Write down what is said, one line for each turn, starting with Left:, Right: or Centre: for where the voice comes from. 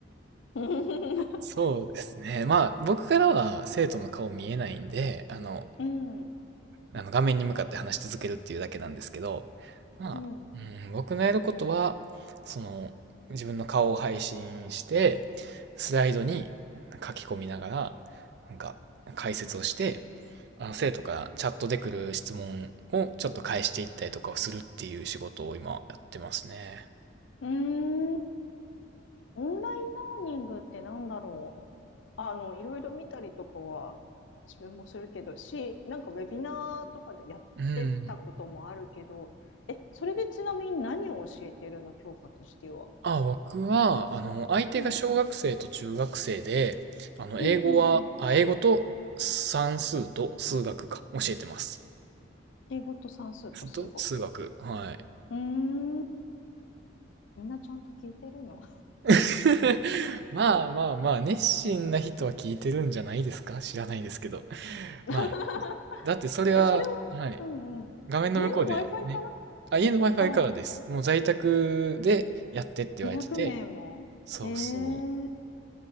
Left: <laughs>
Right: そうですね。まあ、僕からは生徒の顔見えないんで、あの、
Left: うん。
Right: あの画面に向かって話し続けるっていうだけなんですけど、まあ、
Left: うん。
Right: うん、僕のやることは、その、自分の顔を配信して、スライドに書き込みながら、なんか、解説をして、あの、生徒からチャットで来る質問をちょっと返していったりとかをするっていう仕事を今やってますね。
Left: うーん。オンラインラーニングってなんだろう。あの、いろいろ見たりとかは自分もするけど、し、なんかウェビナーとかでやってたこともあるけど、
Right: うん。
Left: え、それでちなみに何を教えてるの、教科としては。
Right: あ、僕は、あの、相手が小学生と中学生で、
Left: うん。
Right: あの、
Left: うん、
Right: 英語は、
Left: うん、うん。
Right: あ、英語と算数と数学か、教えてます。
Left: 英語と算数と数学。
Right: と、数学。はい。
Left: うーん。みんなちゃんと聞いてるの
Right: <laughs> まあまあまあ、熱心な人は聞いてるんじゃないですか知らないですけど。
Left: <laughs>
Right: まあ、だってそれは、
Left: え、それはうんうん。
Right: はい。画面の向こうでね。
Left: 家の Wi-Fi から
Right: あ、家の Wi-Fi
Left: ああ、
Right: からです。もう在宅でやってって言われてて。
Left: 200名もええ
Right: そうそ